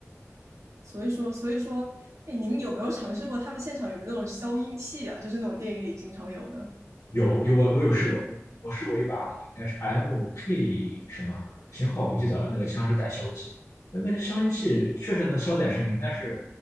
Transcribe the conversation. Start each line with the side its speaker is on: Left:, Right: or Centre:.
Right: 所以说，所以说，哎，您有没有尝试过他们现场有没有那种消音器啊？就是那种电影里经常有的，
Left: 有有我我有试过，有我试过一把那个应该是 MK 什么型号不记得了，那个枪是带消音器的，我感觉消音器确实能消点声音，但是